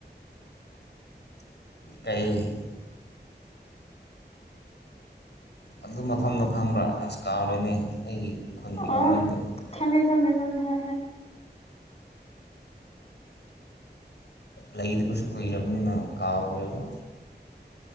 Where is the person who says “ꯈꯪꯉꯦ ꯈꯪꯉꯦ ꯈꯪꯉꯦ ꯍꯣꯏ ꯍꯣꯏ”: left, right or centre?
Left